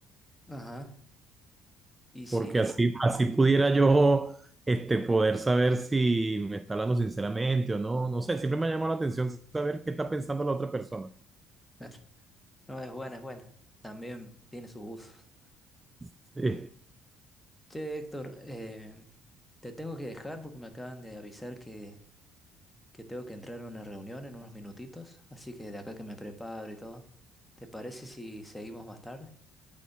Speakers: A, in the centre; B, on the right.
A: Ajá. Y si...
B: Porque así, así pudiera yo este, poder saber si me está hablando sinceramente o no. No sé, siempre me ha llamado la atención saber qué está pensando la otra persona.
A: <laughs> No, es buena, es buena. También tiene sus usos.
B: Sí.
A: Che, Héctor, eh, te tengo que dejar porque me acaban de avisar que que tengo que entrar a una reunión en unos minutitos, así que de acá que me preparo y todo. ¿Te parece si seguimos más tarde?